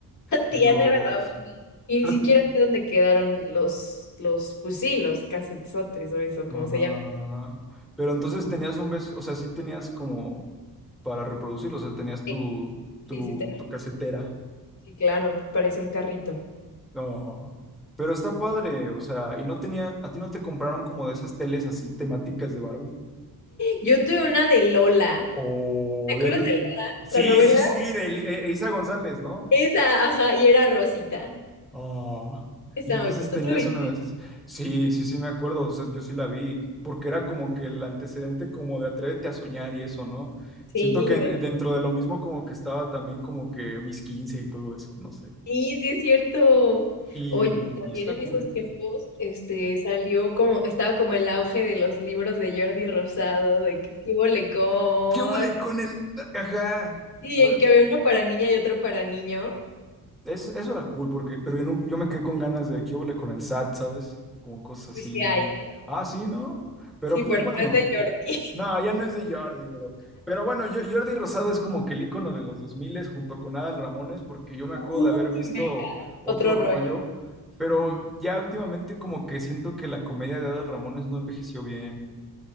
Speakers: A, on the left (about 45°); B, in the centre.
A: Tatiana
B: Dios.
A: era la onda. Y
B: Pero-
A: ni siquiera sé dónde quedaron los, los, pues sí, los casetzotes o eso,
B: Ajá.
A: como se llama.
B: Pero entonces tenías un beso, o sea, sí tenías como para reproducir, o sea, tenías tu,
A: Sí,
B: tu,
A: sí, sí, tengo-
B: tu casetera.
A: sí, claro, parece un carrito.
B: No. Pero está padre, o sea, y no tenía, a ti no te compraron como de esas teles así temáticas de Barbie.
A: Yo tuve una de Lola.
B: O
A: ¿Te acuerdas
B: del...
A: de Lola?
B: Sí,
A: La novela.
B: sí, sí, de Eli- e- Eiza González, ¿no?
A: Esa, ajá, y era Rosita.
B: Ah,
A: Esa,
B: y entonces
A: ¿tú
B: tenías
A: tuviste?
B: una de esas. Sí, sí, sí, me acuerdo. O sea, yo sí la vi, porque era como que el antecedente como de Atrévete a soñar y eso, ¿no?
A: Sí,
B: Siento que en-
A: ve-
B: dentro de lo mismo como que estaba también como que mis 15 y todo eso, no sé.
A: sí, sí es cierto.
B: Y
A: Oye, también
B: está
A: en
B: cool.
A: esos tiempos, este, salió como, estaba como el auge de los libros de Jordi Rosado, de que qué bolecón.
B: ¿Qué huele con el... Ajá,
A: Sí,
B: ¿sabes?
A: el que había uno para niña y otro para niño.
B: Eso, eso era cool, porque, pero yo, no, yo me quedé con ganas de qué huele con el SAT, ¿sabes? Como cosas
A: Pues
B: así.
A: sí hay, ¿eh?
B: Ah, sí, ¿no? Pero
A: Sí,
B: pues
A: pero
B: bueno.
A: no es de Jordi. <laughs>
B: No, ya no es de Jordi, pero, pero bueno, yo- Jordi Rosado es como que el icono de los 2000 junto con Adal Ramones, porque yo me
A: Uy,
B: acuerdo de haber visto
A: me-
B: otro
A: Otro rollo.
B: rollo, pero
A: Sí.
B: ya últimamente como que siento que la comedia de Adal Ramones no envejeció bien.